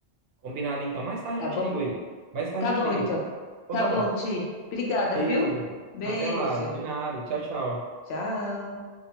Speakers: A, on the right (about 70°); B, on the left (about 80°).
A: Combinado então. Mais tarde
B: tá
A: eu te
B: bom?
A: ligo aí. Mais tarde
B: Tá
A: eu
B: bom,
A: te ligo
B: então.
A: aí. Então
B: Tá
A: tá
B: bom,
A: bom.
B: Ti. Obrigada,
A: Beijo.
B: viu? Beijo.
A: Até lá. De nada. Tchau, tchau.
B: Tchau.